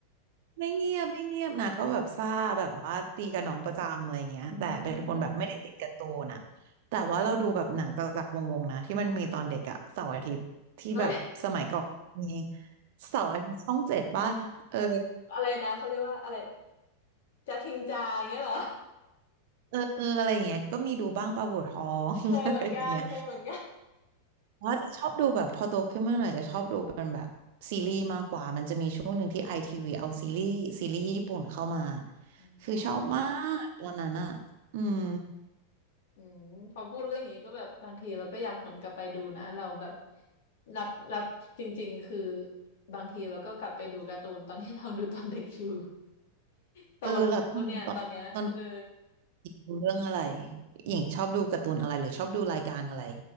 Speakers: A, on the right; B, on the left.
A: ไม่เงียบไม่เงียบนะก็แบบซ่าแบบว่าตีกับน้องประจำอะไรเงี้ยแต่เป็นคนแบบไม่ได้ติดการ์ตูนอะแต่ว่าเราดูแบบหนังจักรจักรวงศ์ๆนะที่มันมีตอนเด็กอะเสาร์อาทิตย์ที่แบบสมัยก่อนมี
B: อืม <laughs> เอ้ย
A: เสาร์อาทิตย์ช่องเจ็ดป่ะเออ
B: อะไรนะเขาเรียกว่าอะไรจะทิ้งจาอย่างเงี้ยเหรอ
A: เออเอออะไรเงี้ยก็มีดูบ้างปลาบู่ทอง
B: เคยเหมือนกันเคยเหมือนกัน
A: <laughs> อะไรอย่างเงี้ยว่าจะชอบดูแบบพอโตขึ้นมาหน่อยจะชอบดูเป็นแบบซีรีส์มากกว่ามันจะมีช่วงหนึ่งที่ไอทีวีเอาซีรีส์ซีรีส์ญี่ปุ่นเข้ามา
B: อ๋อ
A: คือชอบมากตอนนั้นอะอืม
B: อืมพอพูดเรื่องนี้ก็แบบบางทีเราก็อยากหวนกลับไปดูนะเราแบบรับรับจริงๆคือบางทีเราก็กลับไปดูการ์ตูนตอนที่เราดูตอนเด็กอยู่โตแล้วเนี่ยตอนเนี้ยเออ
A: เออแล้วตอนตอนตอนดูเรื่องอะไรอย่างชอบดูการ์ตูนอะไรหรือชอบดูรายการอะไร